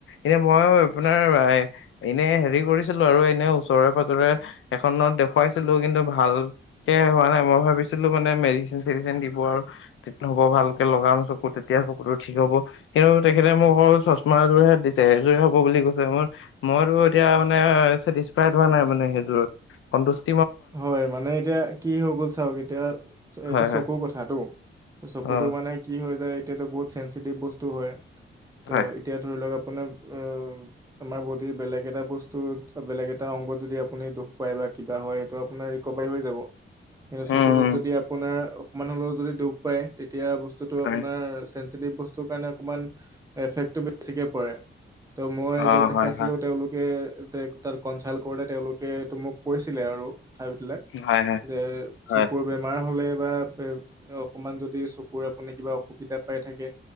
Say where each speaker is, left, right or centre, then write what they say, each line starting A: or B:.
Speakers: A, on the left (about 75°); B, on the right (about 15°).
A: এনে মই আপোনাৰ এনে হেৰি। কৰিছিলো আৰু এনে ওচৰে পাজৰে এখনত দেখুৱাইছিলো কিন্তু ভালকে হোৱা নাই। মই ভাবিছিলো মানে মেডিচিন চেডিচিন দিব আৰু হ'ব ভালকে লগাম চকু তেতিয়া চকুতো ঠিক হ'ব কিন্তু তেখেতে মোক অকল চশমা এযোৰেহে দিছে সযোৰে। হ বুলি কৈছে মোৰ মোৰো। তেতিয়া। ইচফাইড হোৱা নাই মানে সেইটো সনতুস্ত।
B: হয় মানে এতিয়া কি হৈ গ'ল চাওক এতিয়া এইটো
A: হয় হয়
B: চকুৰ কথাতটো চকুতো
A: অ।
B: মানে কি হৈ যায়। এতিয়াাতো বহুত চেঞ্চিটিভ বস্তু হয়। ত'
A: হয়
B: এতিয়া ধৰি লওক আ। আপোনাৰ অ আমাৰ বডিৰ বেলেগ এটা বস্তুত বেলেগ এটা অংগত যদি আপুনি দুখ পায় বা কিবা হয়। ত আপোনাৰ ৰিকভাৰী হৈ যাব। কিন্ত
A: উম
B: চকুতত
A: উম
B: যদি আপোনাৰ। মানুহ লগৰ যদি দুখ পায় তেতিয়া। বস্ত
A: হয়
B: আপোনাৰ। বস্ত কাৰণে অকমান এফেক্টো বেছিকে পৰে। ত' মই
A: অ
B: যত দেখাইছিলো
A: হয় হয়
B: তেওঁলোকে। তাত কনচাল্ট কৰোতে তেওঁলোকে মোক কৈছিলে আৰু। <unintelligible> বিলাক
A: হয় হয়
B: যে
A: হয়
B: চকুৰ বেমাৰ হলে কিবা এ অকমান যদি চকুৰে আপুনি কিবা অসুবিধা পাই থাকে